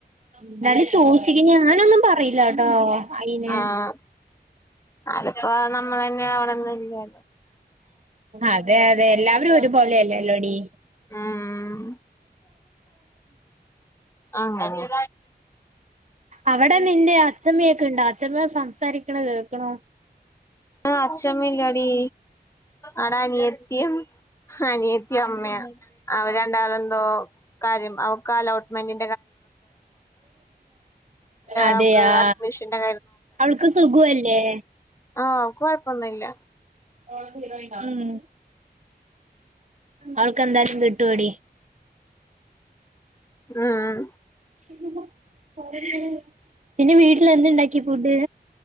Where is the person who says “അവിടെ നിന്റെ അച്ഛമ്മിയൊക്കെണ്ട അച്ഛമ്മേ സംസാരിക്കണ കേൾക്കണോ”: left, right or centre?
Right